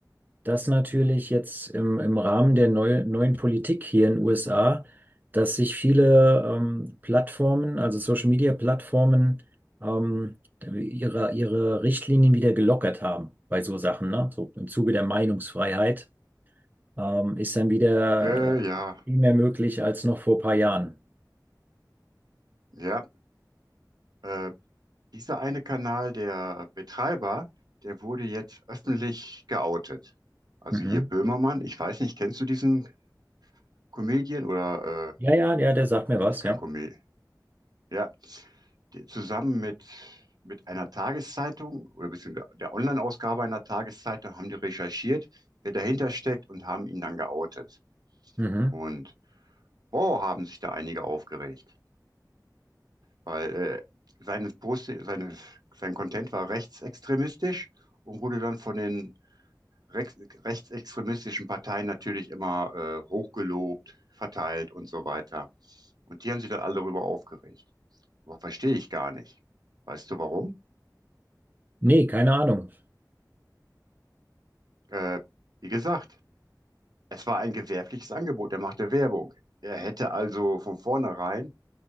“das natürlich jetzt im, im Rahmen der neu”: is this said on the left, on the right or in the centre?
Right